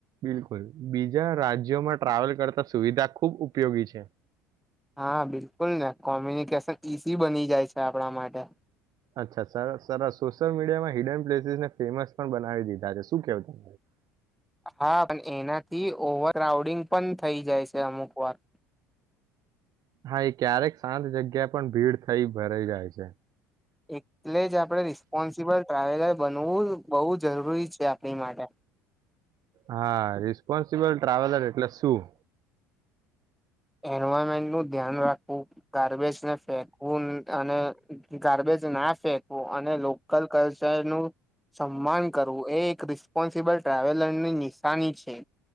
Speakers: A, on the right; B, in the centre.
A: બિલકુલ બીજા રાજ્યોમાં ટ્રાવેલ કરતા સુવિધા ખુબ ઉપયોગી છે.
B: હા બિલકુલ ને કોમ્યુનિકેશન ઈઝી બની જાય છે આપણા માટે.
A: અચ્છા સર સરસ સોશિયલ મીડિયામાં હિડન પ્લેસીસને ફેમસ પણ બનાવી દીધા છે શું કેવું ત
B: હા પણ એનાથી ઓવર ક્રાઉડિંગ પણ થઈ જાય છે અમુક વાર.
A: હા એ ક્યારેક શાંત જગ્યા પણ ભીડ થઈ ભરાઈ જાય છે.
B: <inaudible> એટલે જ આપણે રિસ્પોન્સિબલ ટ્રાવેલર બનવું બહુ જરૂરી છે આપણી માટે.
A: હા રિસ્પોન્સિબલ ટ્રાવેલર એટલે શું?
B: એન્વારમેન્ટનું ધ્યાન રાખવું, ગાર્બેજને ફેકવું અને ગાર્બેજ ના ફેંકવું અને લોકલ કલ્ચરનુ સન્માન કરવું એ એક રિસ્પોન્સિબલ ટ્રાવેલરની નિશાની છે.